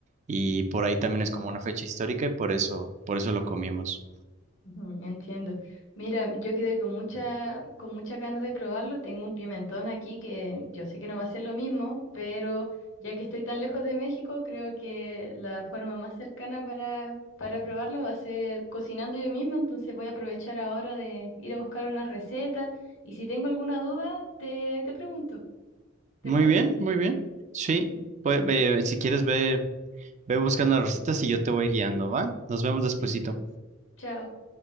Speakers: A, on the right; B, on the left.
A: y por ahí también es como una fecha histórica y por eso, por eso lo comimos.
B: Ujú, Entiendo. Mira, yo quedé con mucha, con muchas ganas de probarlo. Tengo un pimentón aquí que yo sé que no va a ser lo mismo, pero ya que estoy tan lejos de México, creo que la forma más cercana para, para probarlo va a ser cocinando yo misma. Entonces voy a aprovechar ahora de ir a buscar una receta y si tengo alguna duda, te, te pregunto. ¿Te
A: Muy
B: parece?
A: bien, muy bien. Sí, pues ve- si quieres ve, ve buscando las recetas y yo te voy guiando, ¿va? Nos vemos despuesito.
B: Listo. Chao.